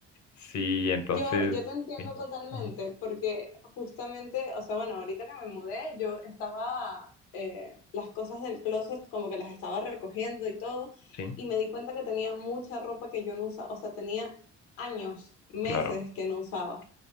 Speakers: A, on the left (about 60°); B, on the left (about 80°).
A: Sí, entonces,
B: Yo, yo te entiendo
A: sí,
B: totalmente,
A: ujú,
B: porque justamente, o sea, bueno, ahorita que me mudé, yo estaba, eh, las cosas del closet como que las estaba recogiendo y todo,
A: sí,
B: y me di cuenta que tenía mucha ropa que yo no usaba, o sea, tenía años, meses
A: claro,
B: que no usaba.